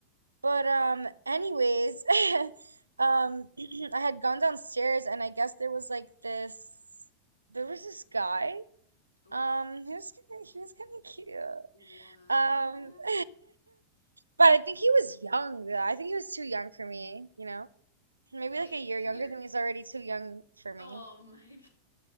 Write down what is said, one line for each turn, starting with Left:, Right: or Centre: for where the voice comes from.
Right: But um anyways, <laughs> um <clears throat> I had gone downstairs and I guess there was like this there was this guy.
Left: Oh,
Right: Um he was kind of he was kind of cute.
Left: what?
Right: Um <laughs> but I think he was young though. I think he was too young for me, you know? Maybe
Left: Wait,
Right: like a year younger
Left: you're.
Right: than me is already too young for me.
Left: Oh my